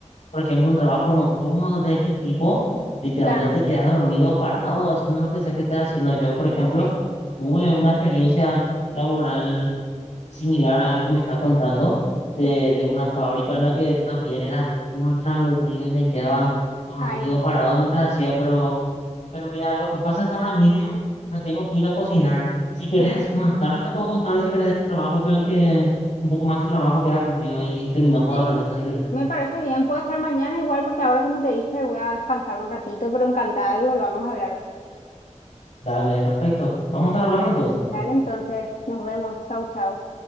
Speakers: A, on the left; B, on the left.
A: por ejemplo, un trabajo nocturno de este tipo, literalmente
B: Claro,
A: te quedas dormido, parado, haciendo lo que sea que estés haciendo. Yo, por ejemplo,
B: no sé.
A: tuve una experiencia laboral similar a lo que me estás contando de,
B: Sí.
A: de una fábrica en la que también era ultra aburrido y me quedaba dormido
B: Ay, no.
A: parado mientras hacía, pero, pero mira, lo que pasa es que ahora mismo me tengo que ir a cocinar. Si querés,
B: Sí.
A: más tarde te puedo contar si querés de este trabajo que el que, un poco más de trabajo que era aburrido y terminamos
B: Sí,
A: de hablar de esto si querés.
B: me parece bien. Puede ser mañana igual porque ahora, como te dije, voy a descansar un ratito, pero encantada que volvamos a hablar.
A: Dale, perfecto. Vamos a estar hablando entonces.
B: Dale, entonces, nos vemos. Chau, chau.